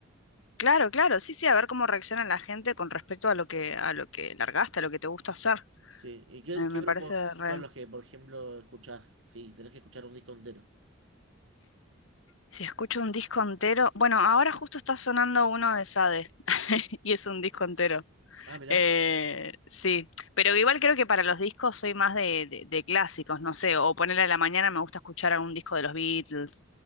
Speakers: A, on the left; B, on the right.
A: claro, claro, sí, sí, a ver cómo reacciona la gente con respecto a lo que, a lo que largaste, a lo que te gusta hacer.
B: Sí, ¿y qué,
A: Me,
B: qué
A: me
B: grupos
A: parece re...
B: son los que, por ejemplo, escuchás? Sí, tenés que escuchar un disco entero.
A: Si escucho un disco entero, bueno, ahora justo está sonando uno de Sade <laughs> y es un disco entero.
B: Ah, mirá,
A: Eh, sí, pero igual creo que para los discos soy más de, de- de clásicos, no sé, o ponerle a la mañana me gusta escuchar algún disco de los Beatles,